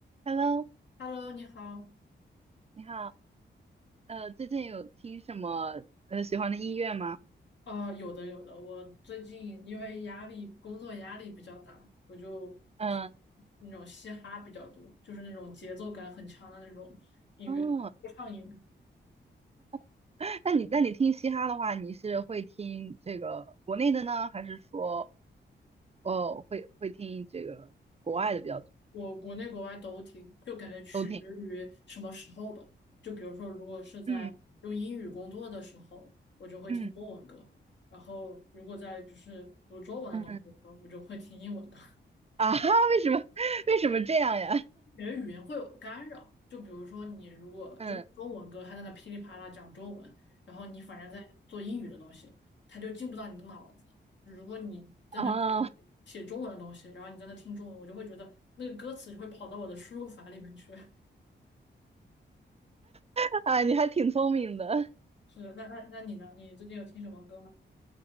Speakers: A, on the right; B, on the left.
A: Hello，
B: Hello，你好。
A: 你好。呃，最近有听什么呃喜欢的音乐吗？
B: 呃，有的有的，我最近因为压力，工作压力比较大，我就
A: 嗯，
B: 那种嘻哈比较多，就是那种节奏感很强的那种音乐，
A: 哦
B: 说唱音乐，
A: <laughs>，那你那你听嘻哈的话，你是会听这个国内的呢，还是说哦会会听这个国外的比较多？
B: 我国内国外都听，就感觉取决于什么时候吧。
A: 都听。
B: 就比如说，如果是在用英语工作的时候，
A: 嗯
B: 我就会听中文歌；
A: 嗯
B: 然后如果在就是读中文的东西的时候，
A: 嗯
B: 我就会听英文歌。
A: 啊哈，<laughs> 为什么为什么这样呀？
B: 你的语言会有干扰。就比如说，你如果就是中文歌，
A: 嗯
B: 他在那噼里啪啦讲中文，然后你反正在做英语的东西，他就进不到你的脑子。如果你在那
A: 哦
B: 写中文的东西，然后你在那听中文，我就会觉得那个歌词就会跑到我的输入法里面去。<laughs>
A: <laughs> 啊，你还挺聪明的。
B: 是的，那那那你呢？你最近有听什么歌吗？